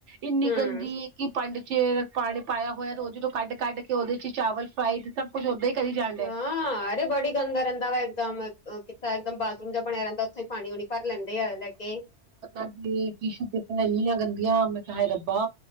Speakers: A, on the right; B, on the left.
A: ਇੰਨੀ
B: ਹਮ
A: ਗੱਦੀ ਐ ਕਿ ਪੰਡ ਚ ਪਾਣੀ ਪਾਇਆ ਹੋਇਆ ਤੇ ਉਹਦੇ ਚੋ ਕੱਢ, ਕੱਢ ਕੇ ਉਹਦੇ ਚੀ ਚਾਵਲ ਫਰਾਈਡ ਸਬ ਕੁਛ ਓਦਾਂ ਈ ਕਰੀਜਾ
B: ਆਂ, ਅਰੇ ਬੜੀ ਗੰਦਾ ਰੈਂਦਾ ਵਾ ਇੱਕ ਦਮ ਕਿੱਥਾਂ ਇੱਕ ਦਮ ਬਾਥਰੂਮ ਜੇਆ ਬਣਿਆ ਰੈਂਦਾ ਓਥੇ ਈ। ਪਾਣੀ ਉਣੀ ਭਰ ਲੈਂਦੇ ਆ ਲੈ ਕੇ
A: ਅੱਗੇ ਟਿਸ਼ੂਪੇਪਰਾਂ ਇੰਨੀਆਂ ਗੰਦੀਆਂ ਮੈਂ ਕਿਆ ਹਾਏ ਰੱਬਾ।